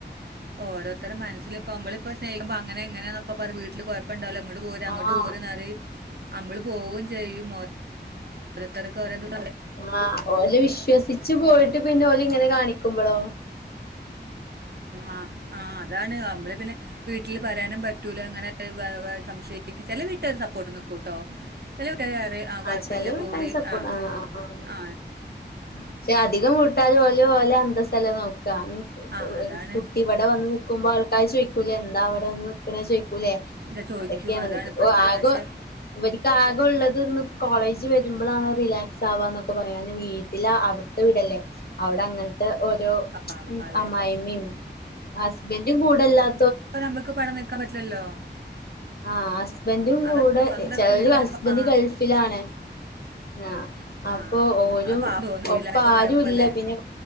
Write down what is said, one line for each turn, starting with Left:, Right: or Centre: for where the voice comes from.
Right: ഓരോരുതരുടെ മനസ്സിൽ ഇപ്പോ നമ്മൾ ഇപ്പോ സ്നഹിക്ക്മ്പോ അങ്ങനങ്ങനന്നൊക്കെ പറഞ്ഞു വീട്ടില് കുഴപ്പുണ്ടല്ലോ അ ങ്ങോ ട്ടു പോര അങ്ങോട്ട്
Left: ആഹ്
Right: പോര എന്ന നമ്മള് പോകും ജയ മോ ഓരോത്തർക് ക്ക്
Left: ആഹ ഓല വിശ്വസിിച്ചച്ച് പോയിട്ട് പിന്നെ ഓല ഇങ്ങനെ കാണിക്ക കുബളോ
Right: ആ ആ അതാണ് നമ്മൾ പിന്നെ വീട്ടിൽ പറയാനും പറ്റൂല അങ്ങനെ സംശയിക്ക ചില വീട്ടിലരു സപ്പോർട്ട് നിൽക്കൂ കേട്ടോ ചില ഇട്ടയറെ ആ
Left: ആഹ്
Right: കുഴപ്പില്ല
Left: ചെല വീട്ടാര്
Right: പോൂര്
Left: സപ്പോർട്ട്
Right: ആ
Left: ആഹ് ആഹ് ആഹ്
Right: ആ
Left: പക്ഷെ അധികം വി ട്ടാല് പോലെ പോലെ എന്ത ചിലല നോക്കും <inaudible>
Right: ആ അതാണ്
Left: ഒരു കുട്ടി ഇവിടെ വന്ന് നിക്കുമ്പോ ആൾക്കാർ ചോദിക്കൂല എന്താ അവിടെ വന്ന് നക്കണ ചോദിക്കൂലേ
Right: ഇത് ചോദിക്കൂ
Left: അതൊക്കെയാണ്.
Right: അതാണ്
Left: അപ്പ
Right: ഇപ്പത്തെ
Left: ആോ
Right: പക്ഷെ
Left: അവർ ക്ക് ആക ഉള്ളത് കോളേജ് വരുമ്പോാണ് റിലാക്സ് ആവാന്നൊക്കെ പറയുന്നതവീട് വീട്ടില അവിടത്തെ വീടല്ലേ അവിടെ അങ്ങന ഓരോ
Right: പാവാലേ
Left: അമായി്അമ്മ യും ഹസ്ബന്റും കൂടെല്ലാം
Right: അപ്പ നമുക്ക് പടം നിൽക്കാൻ പറ്റില്ലല്ലോ
Left: ആ ഹസ്ബൻഡും കൂടെ
Right: അതാണ് സ്വന്തം
Left: ചെലര്
Right: വീട് പോലെ
Left: ഹസ്ബൻഡ്
Right: പാ-
Left: ഗൾഫിലാണ് ആ
Right: ആ
Left: അപ്പൊ
Right: ആ
Left: ഓരും
Right: അപ്പൊ തോന്നില്ല
Left: ഒപ്പ
Right: എന്നൊക്കെ
Left: ആരുല്ല
Right: പറയുമ്പോലെ
Left: പിന്നെ